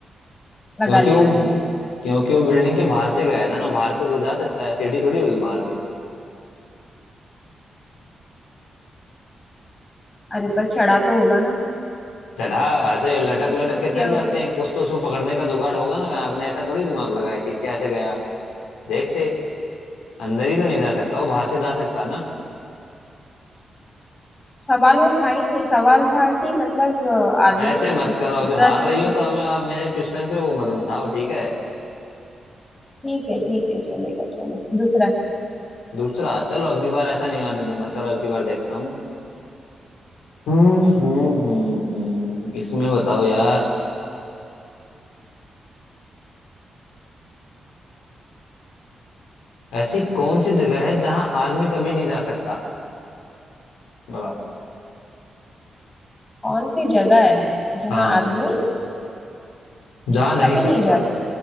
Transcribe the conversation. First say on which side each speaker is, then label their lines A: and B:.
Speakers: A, on the left; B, on the left.
A: लगा
B: क्योंकि
A: लिया
B: वो
A: मैंने दिमाग
B: क्योंकि वो बिल्डिंग के बाहर से गया था ना बाहर तो वो जा सकता है सीढ़ी थोड़ी होगी बाहर पे
A: अरे पर चढ़ा तो होगा ना
B: चढ़ा ऐसे लटक
A: कुछ
B: लटक
A: तो किया
B: के चढ़
A: होगा
B: जाते हैं कुछ तो उसको पकड़ने का जुगाड़ होगा ना आपने ऐसा थोड़ी दिमाग लगाया कि कैसे गया आप देखते अंदर ही तो नहीं जा सकता वो बाहर से जा सकता ना
A: सवाल वो था ही नहीं सवाल था कि मतलब अ, आदमी
B: ऐसे मत
A: उप-
B: करो अभी
A: दस
B: हार रही हो
A: से
B: तो अभी आप मेरे क्वेश्चन पे वो मत उठाओ ठीक है
A: ठीक है ठीक है चलेगा चलो दूसरा
B: दूसरा चलो अब की बार ऐसा नहीं आने दूंगा चलो अब की बार देखता हूँ हम्म हम्म हम्म हम्म, इसमें बताओ यार ऐसी कौन सी जगह है जहां आदमी कभी नहीं जा सकता बताओ
A: कौन सी जगह है जहाँ
B: हाँ
A: आदमी
B: जा नहीं
A: कभी नहीं
B: सकता
A: जा सकता